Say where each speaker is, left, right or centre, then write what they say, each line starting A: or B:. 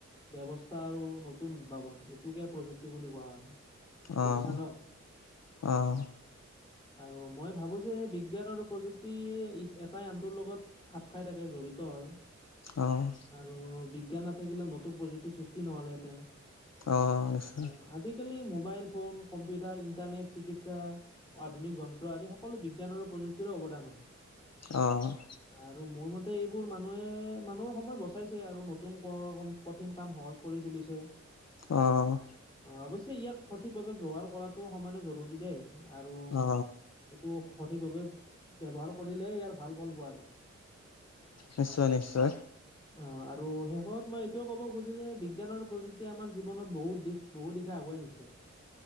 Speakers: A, on the left; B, on the left.
A: ব্যবস্থা আৰু নতুন উদ্ভাৱন এইটোকে প্ৰযুক্তি বুলি কোৱা হয়। বুজিছা
B: অ',
A: ন?
B: অ '।
A: আৰু মই ভাবোঁ যে বিজ্ঞান আৰু প্ৰযুক্তি। ই এটাই আনটোৰ লগত খাপ খাই থাকে জড়িত হয়।
B: অ',।
A: আৰু বিজ্ঞান নাথাকিলে নতুন প্ৰযুক্তিৰ সৃষ্টি নহ'লেহেঁতেন।
B: অ', নিশ্চয়।
A: অ', আজিকালি মোবাইল ফোন কম্পিউটাৰ ইণ্টাৰনেট চিকিৎসা। আধুনিক যন্ত্ৰ আদি সকলো বিজ্ঞান আৰু প্ৰযুক্তিৰে অৱদান হয়।
B: অ',।
A: আৰু মোৰ মতে এইবোৰ মানুহে মানুহৰ সময় বচাইছে আৰু নতুন ক। কঠিন কাম সহজ কৰি তুলিছে।
B: অ',।
A: অ অৱশ্যে ইয়াক সঠিকভাৱে ব্যৱহাৰ কৰাটো সমানে জৰুৰী দেই আৰু
B: অ
A: এইটো সঠিকভাৱে ব্যবহাৰ কৰিলে ইয়াৰ ভাল ফল পোৱা যায়।
B: নিশ্চয়, নিশ্চয়।
A: অ আৰু শেষত মই এইটোৱে ক'ব খোজো যে বিজ্ঞান আৰু প্ৰযুক্তিয়ে আমাৰ জীৱনত বহুত দিশ। বহুত দিশা আগুৱাই নিছে।